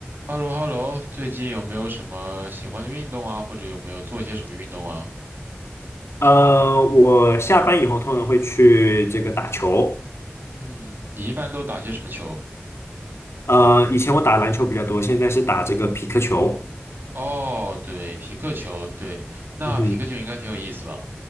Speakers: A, on the right; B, on the left.
A: h e l l o h e l l o 最近有没有什么喜欢的运动啊？或者有没有做些什么运动啊？
B: 呃，我下班以后通常会去这个打球。
A: 嗯，你一般都打些什么球？
B: 呃，以前我打篮球比较多，现在是打这个匹克球。
A: 哦，对，匹克球，对，那匹克球应该挺有意思吧？
B: 嗯，